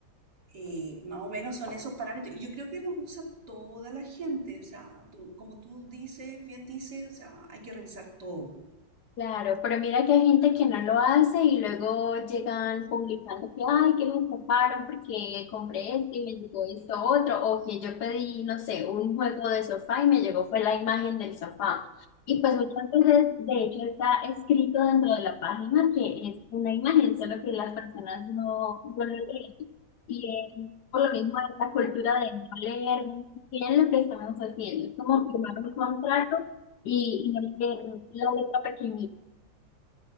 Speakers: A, on the right; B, on the left.
A: Eh, más o menos son esos parámetros. Y yo creo que los usa toda la gente. O sea, tú- como tú dices, bien dices, o sea, hay que revisar todo.
B: Claro, pero mira que hay gente que no lo hace y luego llegan publicando que, ay, que me estafaron porque compré esto y me llegó esto otro, o que yo pedí, no sé, un juego de sofá y me llegó fue la imagen del sofá. Y pues muchas veces, de hecho, está escrito dentro de la página que es una imagen, solo que las personas no, no lo leen. Y es por lo mismo esta cultura de no leer muy bien lo que estamos haciendo, es como firmar un contrato y, y no leer la letra pequeñita.